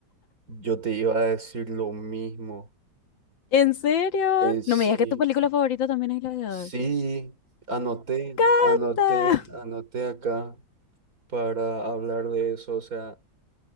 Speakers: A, on the right; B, on the left.
A: yo te iba a decir lo mismo.
B: ¿En serio?
A: En sí,
B: No me digas que tu película favorita también es Gladiador.
A: sí, anoté,
B: ¡Canta!
A: anoté, anoté acá para hablar de eso. O sea,